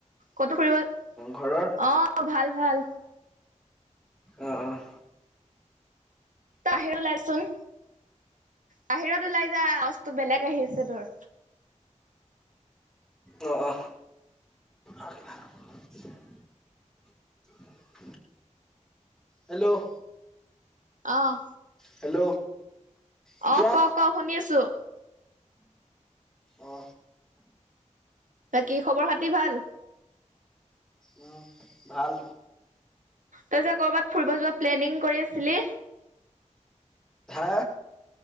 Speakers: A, on the right (about 85°); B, in the centre.
A: ক'তো ফুৰিব। অহ,
B: ঘৰৰ
A: ভাল-ভাল।
B: অহ, অহ
A: তাহেৰ লাৰচুন বাহিৰত ওলাই যা। আৱাজ টো বেলেগ আহি আছে তোৰ।
B: অ, অ আৰ কি না <unintelligible> হেল্ল'।
A: অ'হ।
B: হেল্ল'। এতিয়া
A: অ ক ক শুনি আছো
B: অ
A: কি খবৰ পাতি ভাল?
B: উম ভাল।
A: তই যে কৰ'বাত ফুৰিব যোৱা প্লেনিং কৰি আছিলি
B: হা?